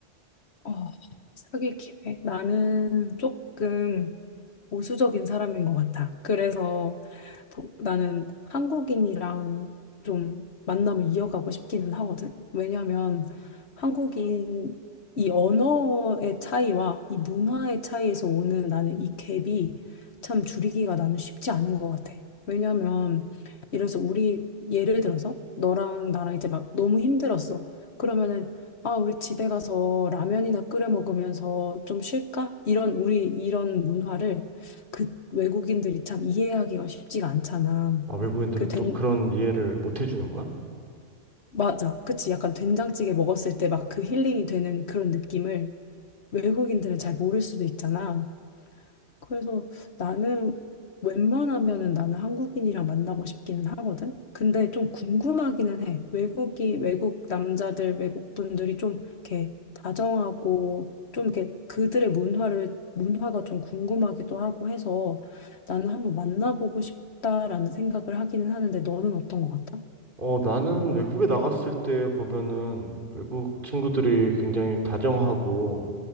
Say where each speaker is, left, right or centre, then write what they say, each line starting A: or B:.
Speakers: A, on the left (about 60°); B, on the right (about 45°).
A: 어, 사귈 기회. 나는 조금, 보수적인 사람인 것 같아. 그래서 보- 나는 한국인이랑 좀 만남을 이어가고 싶기는 하거든. 왜냐하면 한국인 이 언어의 차이와 이 문화의 차이에서 오는 나는 이 갭이 참 줄이기가 나는 쉽지 않은 것 같아. 왜냐하면 이래서 우리 예를 들어서 너랑 나랑 이제 막 너무 힘들었어. 그러면은 아, 우리 집에 가서 라면이나 끓여 먹으면서 좀 쉴까? 이런 우리 이런 문화를 그 외국인들이 참 이해하기가 쉽지가 않잖아.
B: 아, 외국인들은
A: 그 된,
B: 또 그런 이해를 못 해주는 거야?
A: 맞아. 그치. 약간 된장찌개 먹었을 때 막 그 힐링이 되는 그런 느낌을 외국인들은 잘 모를 수도 있잖아. 그래서 나는 웬만하면은 나는 한국인이랑 만나고 싶기는 하거든. 근데 좀 궁금하기는 해. 외국이 외국 남자들, 외국 분들이 좀 이렇게 다정하고 좀 이렇게 그들의 문화를 문화가 좀 궁금하기도 하고 해서 나는 한번 만나보고 싶다라는 생각을 하기는 하는데 너는 어떤 것 같아?
B: 어, 나는 외국에 나갔을 때 보면은 외국 친구들이 굉장히 다정하고,